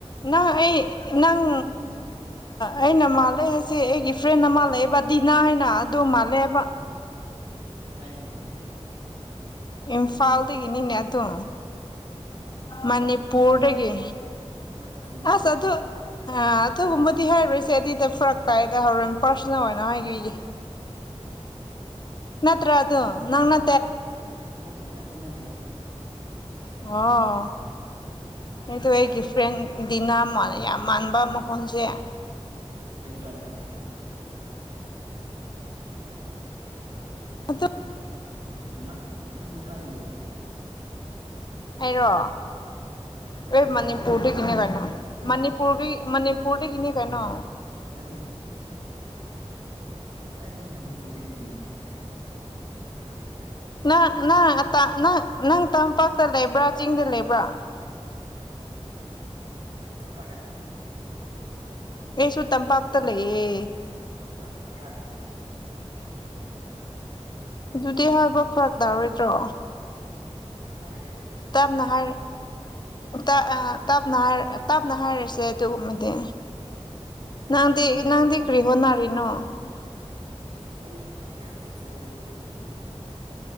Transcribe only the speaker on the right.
ꯗꯤ
ꯀꯥꯏꯗꯒꯤ
ꯑꯥ ꯃꯐꯝ
ꯀꯗꯥꯏ ꯃꯅꯤꯄꯨꯔꯗꯒꯤ
<inaudible>
ꯃꯠꯇꯦ ꯅꯠꯇꯦ ꯅꯠꯇꯦ
ꯂꯥꯜꯂꯦ
ꯀꯩꯇ꯭ꯔꯥꯄꯅꯣ?
ꯅꯪ ꯅꯪ ꯀꯥꯏꯗꯗꯒꯤꯔꯥ
ꯍꯥ
ꯑꯥ
ꯑꯗꯨꯗ ꯑꯩꯗꫭ ꯃꯅꯤꯄꯨꯔ ꯑꯗꯨꯗꯤ ꯀꯨꯪ ꯑꯗꯨꯅ
ꯄꯥꯝꯄꯛꯇ ꯂꯩ꯫
ꯑ ꯀꯥꯏꯗ
ꯑꯣ ꯍꯔꯗꯥ꯫
ꯑꯩ ꯍꯧꯖꯤꯛꯁꯦ